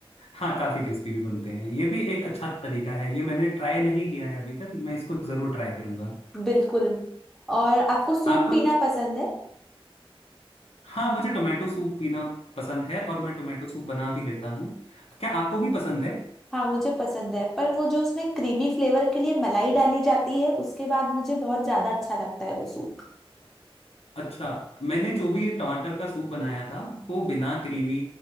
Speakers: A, on the left; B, in the centre.
A: हाँ काफी क्रिस्पी भी बनते हैं ये भी एक अच्छा तरीका है ये मैंने ट्राई नहीं किया है अभी तक मैं इसको जरूर ट्राई करूंगा
B: बिल्कुल और आपको सूप
A: आपको
B: पीना पसंद है
A: हाँ मुझे टोमेटो सूप पीना पसंद है और मैं टोमेटो सूप बना भी लेता हूँ क्या आपको भी पसंद है
B: हाँ मुझे पसंद है पर वो जो उसमें क्रीमी फ्लेवर के लिए मलाई डाली जाती है उसके बाद मुझे बहुत ज्यादा अच्छा लगता है वो सूप
A: अच्छा मैंने जो भी टमाटर का सूप बनाया था वो बिना क्रीमी